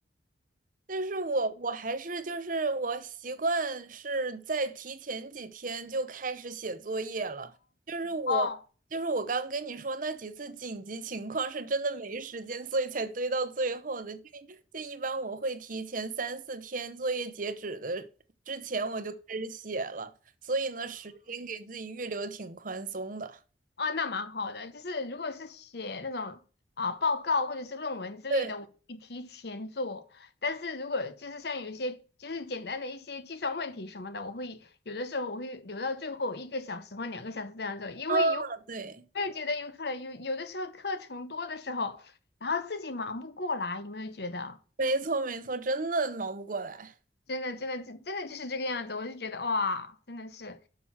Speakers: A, on the right; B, on the left.
A: 但是我我还是就是我习惯是在提前几天就开始写作业了，就是我就是我刚跟你说那几次紧急情况是真的没时间，
B: 哦，
A: 所以才堆到最后的。就就一般我会提前三四天作业截止的之前我就开始写了，所以呢，时间给自己预留挺宽松的。
B: 哦，那蛮好的。就是如果是写那种啊报告或者是论文之类的，
A: 对，
B: 我会提前做。但是如果就是像有一些就是简单的一些计算问题什么的，我会有的时候我会留到最后一个小时或两个小时这样做，因为有
A: 啊，对。
B: 我也觉得有可能有有的时候课程多的时候，然后自己忙不过来，有没有觉得？
A: 没错，没错，真的忙不过来，
B: 真的，真的，真真的就是这个样子。我就觉得哇，真的是，